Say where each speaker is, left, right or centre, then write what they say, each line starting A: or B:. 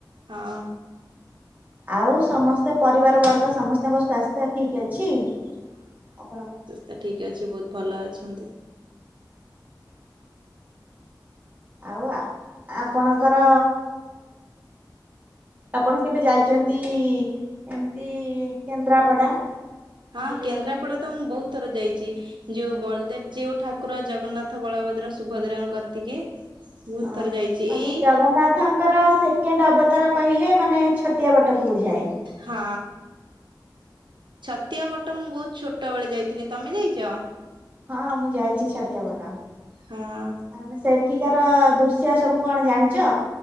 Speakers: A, on the right; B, on the right.
A: ହଁ <unintelligible>
B: ଆଉ ସମସ୍ତେ ପରିବାର ବର୍ଗ ସମସ୍ତଙ୍କ ସ୍ୱାସ୍ଥ୍ୟ ଠିକ୍ ଅଛି ଆପଣ
A: ତ ଠିକ୍ ଅଛି ବହୁତ ଭଲ ଅଛନ୍ତି।
B: ଆଉ ଆ -ଆପଣଙ୍କର ଆପଣ କେବେ ଯାଇଛନ୍ତି ଏମତି କେନ୍ଦ୍ରାପଡା?
A: ହଁ,
B: ବୁଲିବା
A: କେନ୍ଦ୍ରାପଡା
B: ପାଇଁ
A: ତ ମୁଁ ବହୁତ ଥର ଯାଇଛି। ଯୋଉ ବଳଦେବ ଜିଉ ଠାକୁର ଜଗନ୍ନାଥ, ବଳଭଦ୍ର, ସୁଭଦ୍ରାଙ୍କ କତିକି। ବହୁତ
B: ହଁ,
A: ଥର ଯାଇଛି
B: ମାନେ
A: ଏଇ
B: ଜଗନ୍ନାଥ୍ ତାଙ୍କର ସେକେଣ୍ଡ ଅବତାର କହିଲେ ମାନେ ଛତିଆ ବଟକୁ ବୁଝାଏ।
A: ହଁ। ଛତିଆ ବଟ ମୁଁ ବହୁତ୍ ଛୋଟ ବେଳେ ଯାଇଥିଲି ତମେ ଯାଇଛ?
B: ହଁ, ମୁଁ ଯାଇଛି ଛାତିଆବଟ ଆମେ
A: ହଁ
B: ସେ ସେଠିକାର ଦୃଶ୍ୟ ସବୁ କଣ ଜାଣିଛ